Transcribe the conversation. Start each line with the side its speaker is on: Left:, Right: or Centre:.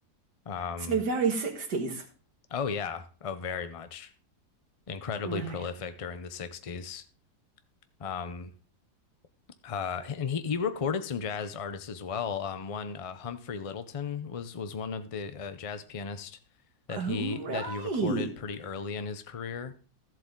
Left: Um,
Right: So very 60s.
Left: oh yeah, oh very much. Incredibly
Right: Brilliant.
Left: prolific during the 60s. Um, Uh, and he, he recorded some jazz artists as well. Um, one uh, Humphrey Littleton was was one of the uh, jazz pianist that
Right: Oh,
Left: he
Right: right.
Left: that he recorded pretty early in his career.